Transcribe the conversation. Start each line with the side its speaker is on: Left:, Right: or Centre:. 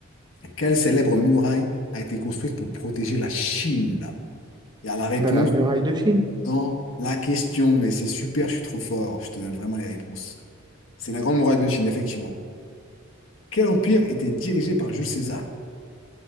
Left: Quelle célèbre muraille a été construite pour protéger la Chine? Il y a la réponse
Right: Bah, la muraille de Chine,
Left: dans la question, mais c'est super, je suis trop fort. Je te donne vraiment les réponses. C'est la Grande Muraille de Chine, effectivement. Quel empire était dirigé par Jules César?